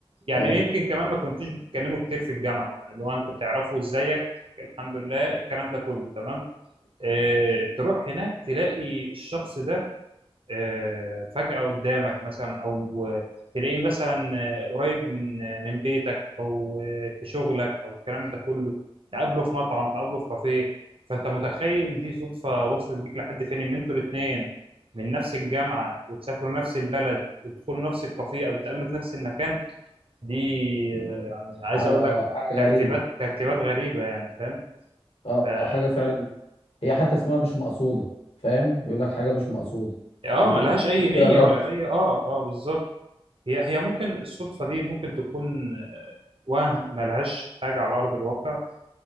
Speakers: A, on the right (about 60°); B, on the left (about 75°).
A: يعني
B: اه
A: يمكن كمان ما كنتوش بتتكلموا كتير في الجامعه يعني لو انت تعرفه ازيك الحمد لله الكلام ده كله تمام اه تروح هناك تلاقي الشخص ده اه فجأة قدامك مثلا او تلاقيه مثلا آه، قريب من آه، من بيتك او آه، في شغلك او الكلام ده كله تقابله في مطعم تقابله في كافيه فانت متخيل دي صدفة وصلت بيك لحد فين ان انتوا الاثنين من نفس الجامعة وتسافروا نفس البلد وتدخلوا نفس الكافيه او تقابلوا في نفس المكان دي
B: مم.
A: يعني عايز
B: حاجة
A: اقول
B: اه
A: لك
B: حاجة
A: ترتيبات
B: غريبة
A: ترتيبات غريبه يعني فاهم
B: اه
A: اه
B: آه، حاجة فعلا هي حتى اسمها مش مقصودة فاهم؟ بيقول لك حاجة مش مقصودة
A: آه،
B: انا
A: ملهاش اي
B: مش
A: نيه
B: بقرا
A: ولا اي اه اه بالظبط هي هي ممكن الصدفه دي ممكن تكون آه، وهم ملهاش حاجه على ارض الواقع